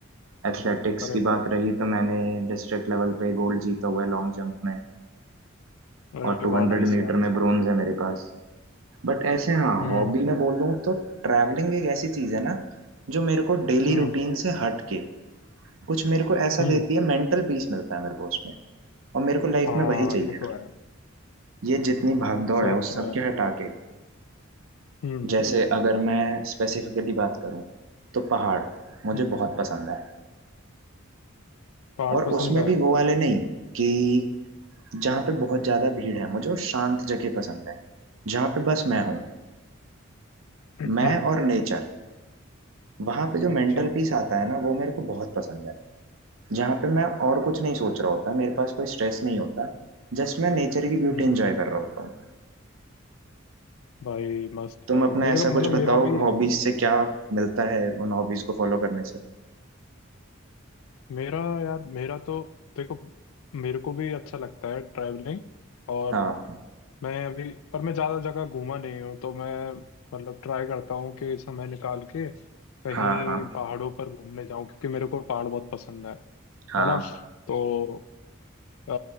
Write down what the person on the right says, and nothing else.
एथलेटिक्स
की
बात रही तो मैंने डिस्ट्रिक्ट लेवल पे गोल्ड जीता हुआ है लॉन्ग जंप में
और 200
मीटर
में ब्रोंज है मेरे पास बट ऐसे हाँ
हॉबी में बोलूँ तो ट्रैवलिंग एक ऐसी चीज है ना जो मेरे को डेली
रूटीन से हम्म हट के कुछ मेरे को ऐसा
देती है मेंटल पीस मिलता है मेरे को उसमें और मेरे को
लाइफ में वही चाहिए
ये जितनी भाग दौड़
है उस सब
के हटा के
जैसे हम्म अगर मैं स्पेसिफिकली बात करूँ तो पहाड़ मुझे
बहुत हम्म पसंद है
और
पहाड़ उसमें
भी बहुत वो अच्छा है वाले नहीं कि जहाँ पे बहुत ज्यादा भीड़ है मुझे वो शांत जगह पसंद है जहाँ पे बस मैं हूँ
मैं और नेचर वहां पे जो
मेंटल पीस आता है ना वो मेरे को बहुत पसंद है जहाँ पे मैं और कुछ नहीं सोच रहा होता मेरे पास कोई स्ट्रेस नहीं होता जस्ट मैं नेचर की ब्यूटी
एंजॉय कर रहा होता हूँ
तुम
अपना
ऐसा
कुछ
बताओ
हॉबीज से क्या मिलता है उन हॉबीज को फॉलो करने से
हाँ
हाँ हाँ
हाँ